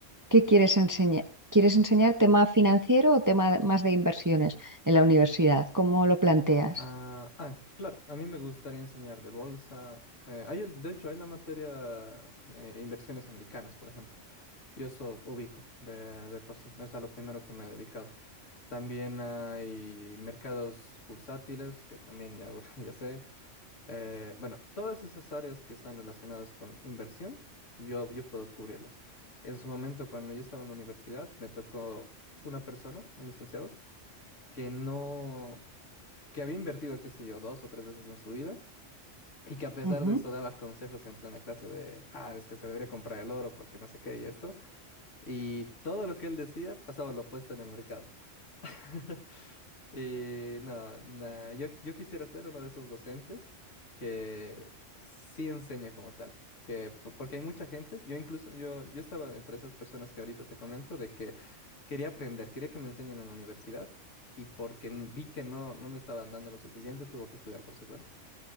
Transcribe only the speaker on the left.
Ah, ah, claro, a mí me gustaría enseñar de bolsa. eh, hay el, de hecho, hay la materia eh, inversiones americanas, por ejemplo. Yo eso ubico de, de por sí, es a lo primero que me he dedicado. También hay mercados bursátiles, que también ya, <laughs> ya sé. Eh, bueno, todas esas áreas que están relacionadas con inversión, yo, yo puedo cubrirlas. En su momento, cuando yo estaba en la universidad, me tocó una persona, un licenciado, que no que había invertido, qué sé yo, dos o tres veces en su vida y que a pesar
de eso daba consejos en plena clase de, ah, es que se debería comprar el oro porque no sé qué y esto. Y todo lo que él decía pasaba lo opuesto en el mercado. <laughs> Y no, nah, yo, yo quisiera ser uno de esos docentes que sí enseña como tal. Que, po- porque hay mucha gente, yo incluso, yo, yo estaba entre esas personas que ahorita te comento, de que quería aprender, quería que me enseñen en la universidad y porque n- vi que no, no me estaban dando lo suficiente, tuvo que estudiar por su cuenta.